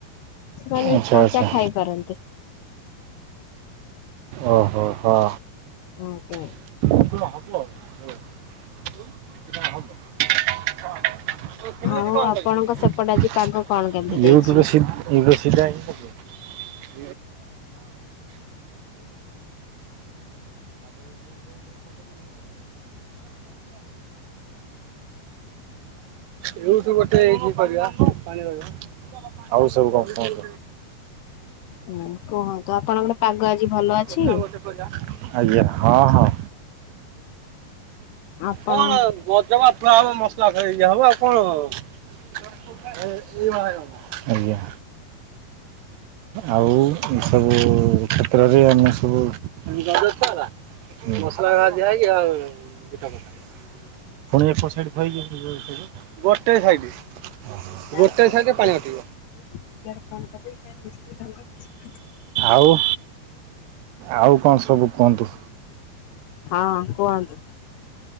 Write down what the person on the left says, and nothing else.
ସେମାନେ
ବି କଞ୍ଚା
ଖାଇପାରନ୍ତିେ।
ଆଜ୍ଞା
ଆଉ ଆପଣଙ୍କ ସେପଟେ ଆଜି ପାଗ
କଣ କେମିତି ଦେଇଛି?
ହୁ କୁହନ୍ତୁ ଆପଣଙ୍କର ପାଗ ଆଜି ଭଲ ଅଛି?
ଆପଣ
<unintelligible>
ହଁ କୁହନ୍ତୁ।